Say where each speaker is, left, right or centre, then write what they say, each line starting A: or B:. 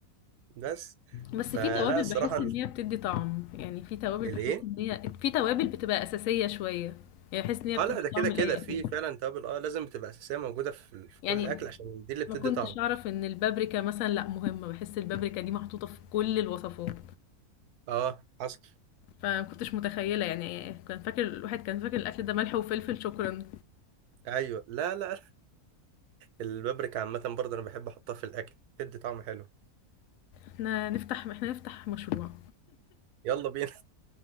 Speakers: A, on the right (about 85°); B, on the left (about 70°).
A: بس
B: بس
A: فلا
B: في توابل
A: الصراحه
B: بحس
A: ال-
B: ان هي بتدي طعم يعني في توابل
A: الايه
B: بحس ان هي في توابل بتبقى اساسيه شويه يعني بحس ان هي
A: اه
B: بتدي
A: لا ده كده
B: طعم
A: كده
B: لاي
A: في
B: اكل
A: فعلا توابل اه لازم بتبقى اساسيه موجوده في في
B: يعني
A: كل اكل عشان دي اللي بتدي
B: ما كنتش
A: طعم
B: اعرف ان البابريكا مثلا لا مهمه بحس البابريكا دي محطوطه في كل الوصفات
A: اه حصل
B: فما كنتش متخيله يعني كان فاكر الواحد كان فاكر الاكل ده ملح وفلفل شكرا
A: ايوه لا لا البابريكا عامه برضه انا بحب احطها في الاكل بتدي طعم حلو
B: احنا نفتح احنا نفتح مشروع
A: يلا بينا